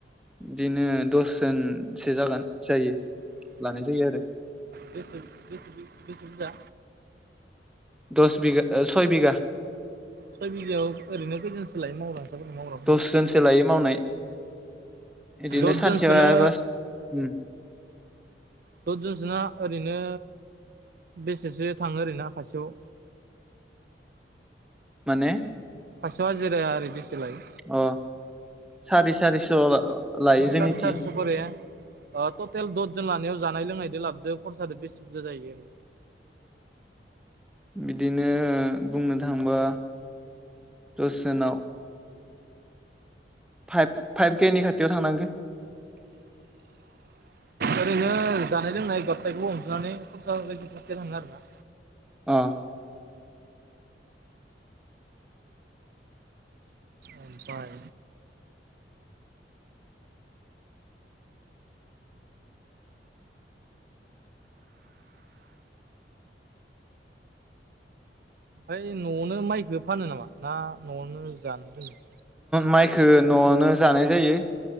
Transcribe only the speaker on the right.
बेसे बेसे बेसे बुरजा
सय बिगायाव ओरैनो खैजोनसो लायो मावग्रा मावग्राफोरल
दसजनसोनो
दसजनसोना? ओरैनो बेसेसो थाङो ओरैनो खासेयाव।
खासेयाव हाजिराया ओरै बेसेलायो?
सार सारिस' खरे ओ टटेल दद जन लानाया जानाय लोंनायजों लाबदो खरसादो बेसे बुरजा जायो आरो?
ओरैनो जानाय लोंनाय गाबथायखौबो अनजनानै खरसा जायगायाव थफेरलाङो आरो ना
ओमफाय ओमफाय न'आवनो माइखौ फानो नामा ना न'आवनो जानो दोनो